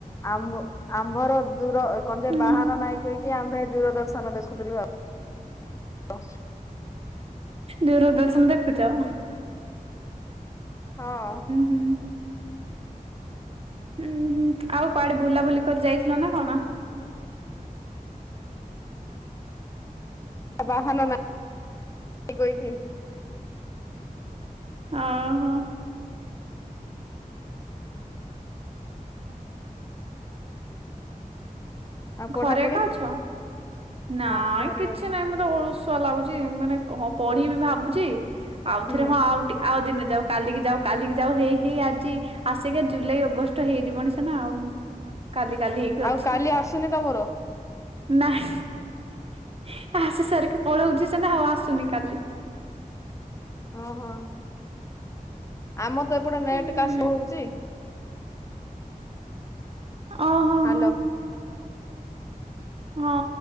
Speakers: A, on the left (about 20°); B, on the right (about 40°).
A: ଆମ୍ବ ଆମ୍ଭର ଦୂର କଣଯେ
B: ହୁଁ
A: ବାହନ ନାଇଁ କହିକି ଆମ୍ଭେ ଦୂରଦର୍ଶନ ଦେଖୁଥିଲୁ ଆଉ
B: ଦୂରଦର୍ଶନ ଦେଖୁଛ?
A: ହଁ।
B: ହୁଁ। ହୁଁ, ହୁଁ ଆଉ କୁଆଡେ ବୁଲାବୁଲି କରି ଯାଇଥିଲ ନା କଣ?
A: ବାହନ ନାଇ କୋଇ ବି।
B: ଓହୋ।
A: ଆଉ ପଢାପଢି?
B: ଘରେ ଏକା ଅଛ ନାଇଁ
A: ହଁ ଘରେ
B: କିଛି
A: ଅଛି।
B: ନାଇଁ ମତେ ଅଳସୁ ସୁଆ ଲାଗୁଛି ମାନେ କଣ ପଢିବିି ଭାବୁଛି ଆଉ
A: ହୁଁ
B: ଥରେ ହଁ, ଆଉ ଟି ଆଉ ଦିନେ ଯାଉ କାଲିକି ଯାଉ କାଲିକି ଯାଉ ହେଇ ହେଇ ଆଜି ଆସିକା ଜୁଲାଇ ଅଗଷ୍ଟ ହେଇଯିବନି ସିନା ଆଉ କାଲି କାଲି ହେଇକି
A: ଆଉ
B: ଅଛି।
A: କାଲି ଆସୁନି ତମର?
B: ନାହିଁ। ଆସି ସାରିକି ପଳଉଛି ସିନା ଆଉ ଆସୁନି କାଲି।
A: ଓହୋ ଆମର ତ ଏପଟେ ନେଟ
B: ହୁଁ
A: କା ସ୍ଲୋ ହଉଛି।
B: ଓହୋ
A: ହାଲୋ।
B: ହୋ ହଁ,